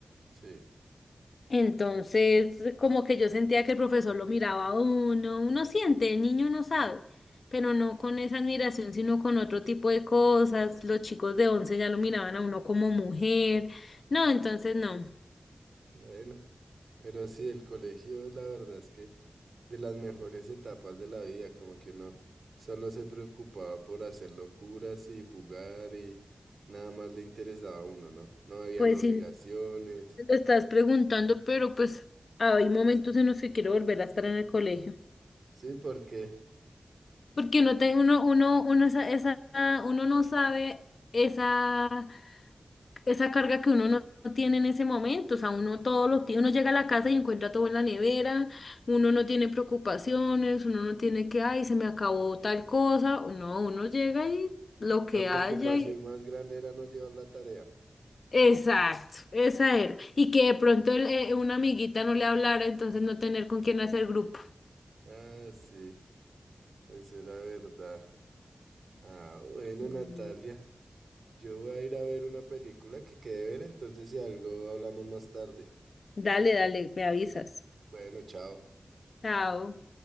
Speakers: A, on the right (about 85°); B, on the left (about 80°).
A: Sí.
B: Entonces, como que yo sentía que el profesor lo miraba a uno, uno siente, el niño no sabe, pero no con esa admiración, sino con otro tipo de cosas. Los chicos de 11 ya lo miraban a uno como mujer. No, entonces no.
A: Bueno. Pero sí, el colegio, la verdad es que de las mejores etapas de la vida, como que uno solo se preocupaba por hacer locuras y jugar y nada más le interesaba a uno, ¿no? No habían
B: Pues
A: obligaciones.
B: sí, Lo estás preguntando, pero pues hay momentos en los que quiero volver a estar en el colegio.
A: Sí, porque
B: Porque uno, te- uno, uno, uno, esa, esa- uno no sabe esa, esa carga que uno no no tiene en ese momento. O sea, uno todo lo tiene, uno llega a la casa y encuentra todo en la nevera, uno no tiene preocupaciones, uno no tiene que, ay, se me acabó tal cosa. No, uno llega y lo que
A: la preocupación
B: haya
A: más grande era no llevar la tarea.
B: Exacto, esa era. Y que de pronto el- eh, una amiguita no le hablara, entonces no tener con quién hacer grupo.
A: Ah, sí, eso era verdad. Ah, bueno,
B: Mm.
A: Natalia, yo voy a ir a ver una película que quede ver, entonces si algo hablamos más tarde.
B: Dale, dale, me avisas.
A: Bueno, chao.
B: Chao.